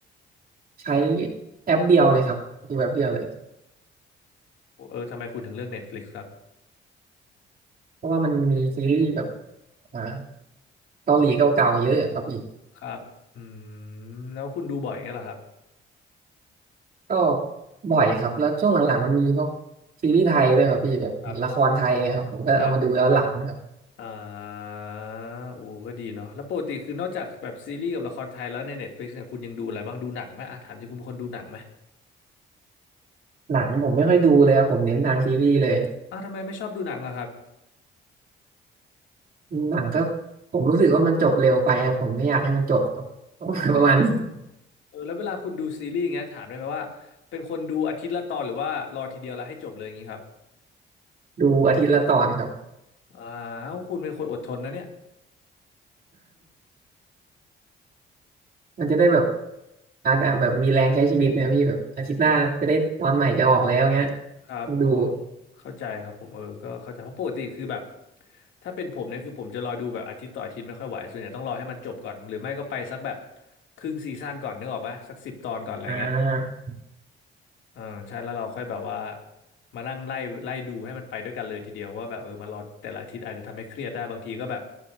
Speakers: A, on the right (about 50°); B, on the left (about 75°).
A: ใช้แอปเดียวเลยครับดูแอปเดียวเลย
B: เออทำไมคุณถึงเลือก Netflix ครับ
A: เพราะว่ามันมีซีรีส์แบบอ่าเกาหลีเก่าๆเยอะอะครับพี่
B: ครับอืมแล้วคุณดูบ่อยอย่างเงี้ยเหรอครับ
A: ก็บ่อยครับแล้วช่วงหลังๆมันมีพวกซีรีส์ไทยด้วยครับพี่แบบละครไทยเนะครับผมก็เอามาดูย้อนหลังนะครับ
B: ครับครับอ่าโอ้ก็ดีเนาะแล้วปกติคือนอกจากแบบซีรีส์กับละครไทยแล้วใน Netflix เนี่ยคุณยังดูอะไรบ้างดูหนังไหมอ่ะถามจริงคุณเป็นคนดูหนังไหม
A: หนังผมไม่ค่อยดูเลยครับผมเน้นทางซีรีส์เลย
B: อ้าวทำไมไม่ชอบดูหนังอะครับ
A: หนังก็ผมรู้สึกว่ามันจบเร็วไปครับผมไม่อยากให้มันจบครับ <laughs> ประมาณนี้
B: อืมเออแล้วเวลาคุณดูซีรีส์อย่างเงี้ยถามได้ไหมว่าเป็นคนดูอาทิตย์ละตอนหรือว่ารอทีเดียวแล้วให้จบเลยอย่างงี้ครับ
A: ดูอาทิตย์ละตอนครับ
B: อ้าวคุณเป็นคนอดทนนะเนี่ย
A: มันจะได้แบบอาจจะแบบมีแรงใช้ชีวิตนะพี่แบบอาทิตย์หน้าจะได้ตอนใหม่จะออกแล้วเงี้ย
B: ครับอ๋อ
A: ต้องดู
B: เข้าใจครับผมเออก็เข้าใจเพราะปกติคือแบบถ้าเป็นผมเนี่ยคือผมจะรอดูแบบอาทิตย์ต่ออาทิตย์ไม่ค่อยไหวส่วนใหญ่ต้องรอให้มันจบก่อนหรือไม่ก็ไปสักแบบครึ่งซีซั่นก่อนนึกออกปะสักสิบตอนก่อนอะไรเงี้ย
A: อ่า
B: เออใช่แล้วเราค่อยแบบว่ามานั่งไล่ไล่ดูให้มันไปด้วยกันเลยทีเดียวว่าแบบเออมารอแต่ละอาทิตย์อาจจะทำให้เครียดได้บางทีก็แบบ